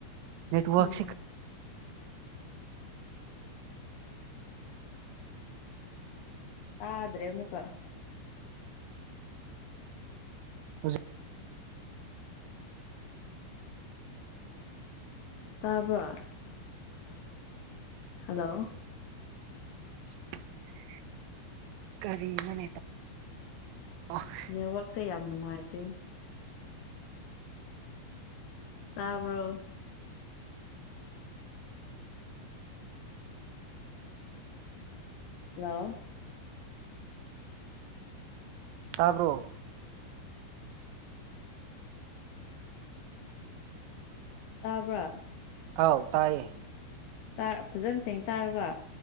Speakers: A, on the right (about 85°); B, on the left (about 70°).
A: ꯅꯦꯠꯋꯥꯔꯛꯁꯤ
B: ꯎꯝ ꯇꯥꯗ꯭ꯔꯦ ꯑꯃꯨꯛꯀ
A: ꯍꯨꯖꯤꯛ
B: ꯇꯥꯕ꯭ꯔꯥ? ꯍꯜꯂꯣ
A: <unintelligible> ꯀꯔꯤꯅꯣꯅꯦ <unintelligible>
B: ꯅꯦꯠꯋꯥꯛꯁꯦ ꯌꯥꯝ ꯅꯨꯡꯉꯥꯏꯇꯦ꯫ ꯇꯥꯕ꯭ꯔꯣ? ꯍꯜꯂꯣ
A: ꯇꯥꯕ꯭ꯔꯣ?
B: ꯇꯥꯕ꯭ꯔꯥ?
A: ꯑꯥꯎ ꯇꯥꯏꯌꯦ
B: ꯇꯥꯔ ꯐꯖꯅ ꯁꯦꯡꯅ ꯇꯥꯔꯕ